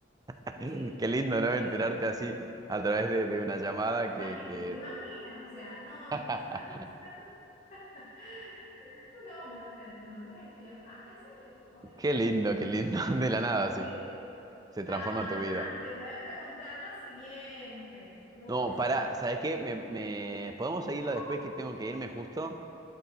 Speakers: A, on the right; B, on the left.
A: <laughs>
B: Sí,
A: qué lindo, ¿no?
B: puede
A: Enterarte
B: ser.
A: así a través de, de una llamada
B: Imagínate,
A: que, que...
B: ¿tú te imaginas? O sea, no,
A: <laughs>
B: no, eso no es, eso no es tu, <laughs> ese no es tu nombre, o sea, tu nombre es este. Y yo, ah, ¿en serio? Ok.
A: Qué lindo, qué lindo. <laughs> De la nada, sí.
B: Sí.
A: Se transforma
B: Ajá,
A: tu vida.
B: te voy a preguntar la siguiente. Escucha.
A: No, pará, ¿sabes qué? Me, me- ¿Podemos seguirla
B: No.
A: después que tengo que irme justo?